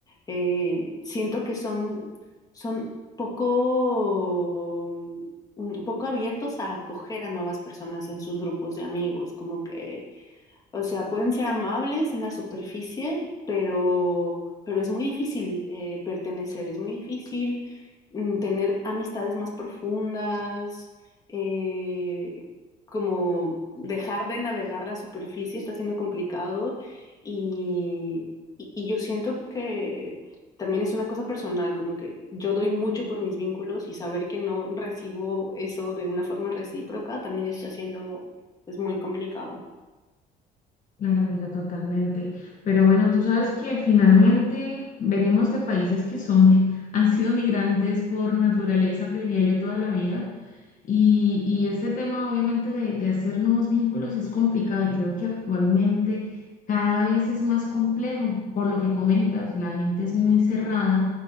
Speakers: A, on the left; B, on the left.
A: Eh, siento que son, son poco, un poco abiertos a acoger a nuevas personas en sus grupos de amigos, como que o sea, pueden ser amables en la superficie, pero, pero es muy difícil eh, pertenecer, es muy difícil mm, tener amistades más profundas, eh, como dejar de navegar la superficie está siendo complicado y, y- y yo siento que también es una cosa personal, como que yo doy mucho por mis vínculos y saber que no recibo eso de una forma recíproca también está siendo, es muy complicado.
B: Claro, amiga, totalmente. Pero bueno, tú sabes que finalmente venimos de países que son, <laughs> han sido migrantes por naturaleza, creería yo, toda la vida. Y, y ese tema, obviamente, de, de hacer nuevos vínculos es complicado y creo que actualmente cada vez es más complejo, por lo que comentas, la gente es muy cerrada,